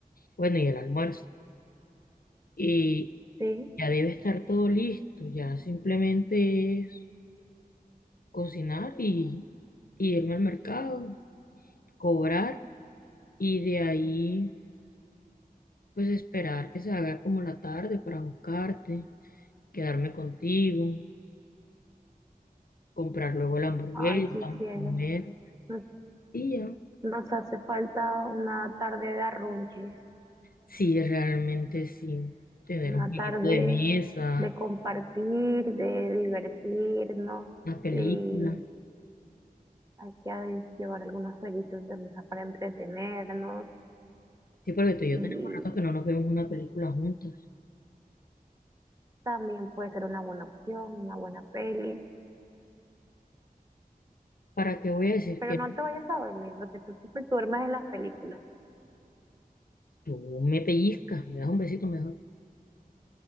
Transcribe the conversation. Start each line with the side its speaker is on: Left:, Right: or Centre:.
Left: bueno, y el almuerzo. Y
Right: sí.
Left: Ya debe estar todo listo, ya simplemente es cocinar y, y irme al mercado, cobrar y de ahí pues esperar que se haga como la tarde para buscarte, quedarme contigo, comprar luego la hamburguesa,
Right: Ay, sí, cielo.
Left: comer
Right: Nos,
Left: y ya.
Right: nos hace falta una tarde de arrunches,
Left: Sí, realmente sí, tener
Right: una
Left: un jueguito
Right: tarde
Left: de mesa,
Right: de compartir, de divertirnos
Left: una película.
Right: y hay que llevar algunos jueguitos de mesa para entretenernos
Left: Sí, porque tú y
Right: y
Left: yo tenemos rato que no nos vemos una película juntas.
Right: también puede ser una buena opción, una buena peli,
Left: ¿Para qué voy a decir
Right: pero
Left: que
Right: no
Left: no?
Right: te vayas a dormir porque tú siempre duermes en las películas.
Left: Tú me pellizcas, me das un besito mejor.